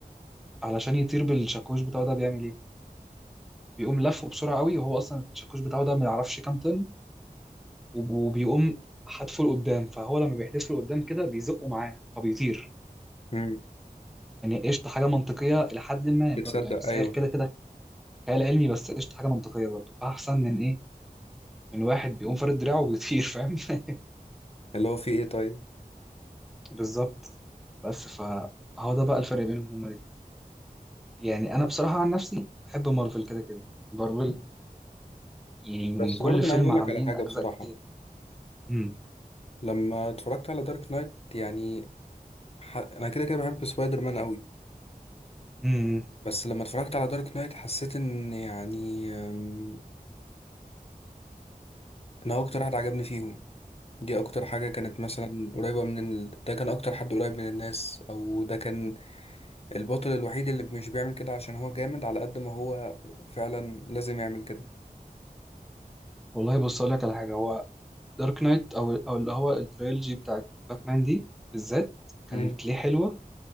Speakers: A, in the centre; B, on the left.
A: علشان يطير بالشاكوش بتاعه ده بيعمل ايه بيقوم لفه بسرعه قوي وهو اصلا الشاكوش بتاعه ده ما يعرفش كام طن وبيقوم حدفه لقدام فهو لما بيحدفه لقدام كده بيزقه معاه فبيطير
B: مم.
A: يعني قشطة حاجة منطقية لحد ما
B: تصدق
A: برضه يعني بس
B: أيوه
A: هي كده كده خيال علمي بس قشطة حاجة منطقية برضه أحسن من إيه من واحد بيقوم فارد دراعه وبيطير فاهم <laughs>
B: اللي هو فيه ايه طيب
A: بالظبط بس فهو ده بقى الفرق بينهم هما الاتنين يعني أنا بصراحة عن نفسي بحب مارفل كده كده مارفل يعني من
B: بس
A: كل
B: برضه
A: فيلم
B: انا عايز اقول
A: عاملين
B: لك على حاجه
A: أجزاء
B: بصراحه
A: كتير امم
B: لما اتفرجت على دارك نايت يعني ح... انا كده كده بحب سبايدر مان قوي
A: امم
B: بس لما اتفرجت على دارك نايت حسيت ان يعني أم، ان هو اكتر حد عجبني فيهم دي اكتر حاجه كانت مثلا قريبه من ال... ده كان اكتر حد قريب من الناس او ده كان البطل الوحيد اللي مش بيعمل كده عشان هو جامد على قد ما هو فعلا لازم يعمل كده
A: والله بص أقول لك على حاجة هو دارك نايت او او اللي هو التريلوجي بتاعت باتمان دي بالذات كانت
B: امم
A: ليه حلوه